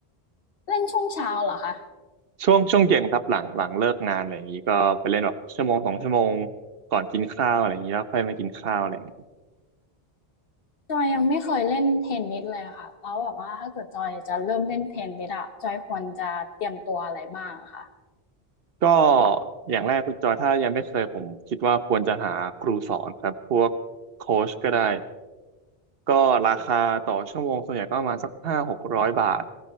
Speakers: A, on the left; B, on the right.
A: เล่นช่วงเช้าเหรอคะ
B: ช่วงช่วงเย็นครับหลังหลังเลิกงานอะไรอย่างนี้ก็ไปเล่นแบบชั่วโมงสองชั่วโมงก่อนกินข้าวอะไรอย่างนี้แล้วค่อยมากินข้าวอะไรอย่างนี้
A: จอยยังไม่เคยเล่นเทนนิสเลยอะค่ะแล้วแบบว่าถ้าเกิดจอยจะเริ่มเล่นเทนนิสอะจอยควรจะเตรียมตัวอะไรบ้างอะคะ
B: ก็อย่างแรกคุณจอยถ้ายังไม่เคยผมคิดว่าควรจะหาครูสอนครับพวกโค้ชก็ได้ก็ราคาต่อชั่วโมงส่วนใหญ่ก็ประมาณสักห้าหกร้อยบาท